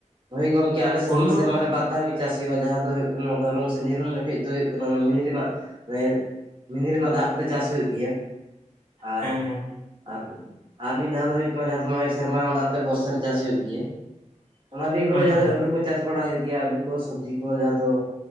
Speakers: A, on the right (about 40°); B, on the right (about 70°).
A: ᱦᱳᱭ ᱜᱚᱢᱠᱮ ᱟᱞᱮᱥᱮᱫ
B: ᱩᱱᱫᱚ
A: ᱢᱟ ᱥᱮᱨᱢᱟᱨ ᱨᱮ ᱵᱟᱫᱷᱟᱣ ᱜᱮ ᱪᱟᱥ ᱦᱩᱭᱩᱜᱼᱟ ᱡᱟᱦᱟᱸ ᱫᱚ ᱦᱩᱭᱩᱜ ᱠᱟᱱᱟ ᱫᱷᱚᱨᱚᱱ ᱥᱮ ᱱᱤᱨᱚᱱ ᱡᱚᱠᱷᱮᱡ ᱫᱚ ᱦᱩᱭᱩᱜ ᱠᱟᱱᱟ ᱢᱤᱱᱤ ᱨᱮᱱᱟᱜ ᱮ ᱪᱟ ᱢᱤᱱᱤ ᱨᱮᱱᱟᱜ ᱫᱟᱜ ᱠᱚᱛᱮ ᱪᱟᱥ ᱦᱩᱭᱩᱜ ᱜᱮᱭᱟ ᱟᱨ
B: ᱦᱮᱸ ᱦᱮᱸ
A: ᱟᱨ ᱟᱨ ᱢᱤᱫ ᱫᱷᱟᱣ ᱫᱚ ᱦᱳᱭᱳᱜ ᱠᱟᱱᱟ ᱡᱟᱦᱟᱸᱜ ᱥᱮᱨᱢᱟ ᱨᱮᱱᱟᱜ ᱫᱟᱜ ᱛᱮ ᱵᱚᱨᱥᱟ ᱨᱮ ᱪᱟᱥ ᱦᱳᱭᱳᱜ ᱜᱮᱭᱟ᱾ ᱚᱱᱟ ᱰᱤᱠᱚᱨᱮ
B: ᱦᱮᱸ
A: <unintelligible> ᱡᱟᱦᱟᱸ
B: ᱦᱮᱸ
A: ᱫᱚ ᱟᱹᱞᱩ ᱠᱚ ᱪᱟᱥ ᱵᱟᱲᱟ ᱦᱳᱭᱳᱜ ᱜᱮᱭᱟ ᱟᱹᱞᱩ ᱠᱚ ᱥᱚᱵᱽᱡᱤ ᱠᱚ ᱡᱟᱦᱟᱸ ᱫᱚ